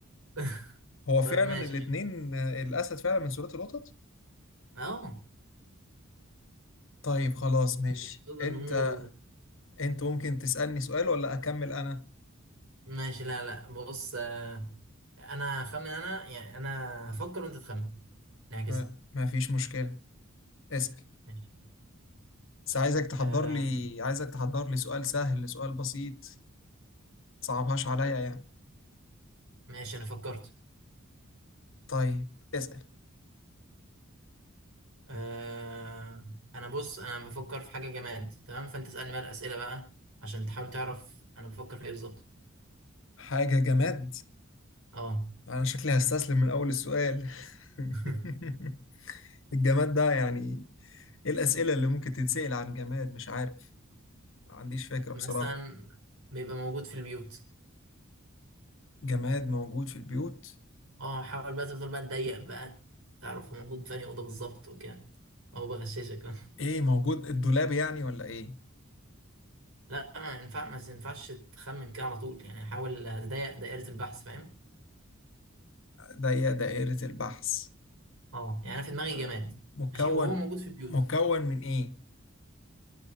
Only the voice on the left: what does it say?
هو فعلا
الاتنين آه، الأسد فعلا من سلالة القطط
طيب خلاص ماشي
أنت
أنت ممكن تسألني سؤال ولا أكمل أنا
ما, ما فيش مشكلة اسأل
بس عايزك تحضر
لي عايزك تحضر لي سؤال سهل سؤال بسيط متصعبهاش عليا يعني
طيب اسأل
حاجة جماد
انا شكلي هستسلم من اول السؤال
<laughs> الجماد ده يعني ايه الاسئله اللي ممكن تتسال عن جماد مش عارف ما عنديش فكره
بصراحه
جماد موجود في البيوت
ايه موجود الدولاب يعني ولا ايه
ده هي دائره البحث
آه،
مكون
مكون من ايه